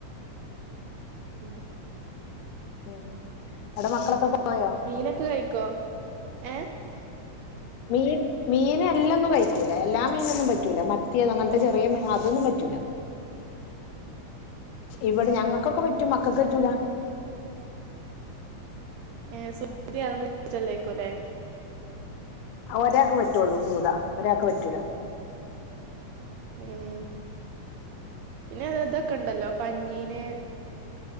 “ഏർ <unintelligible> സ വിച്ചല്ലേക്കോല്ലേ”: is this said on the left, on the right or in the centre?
Right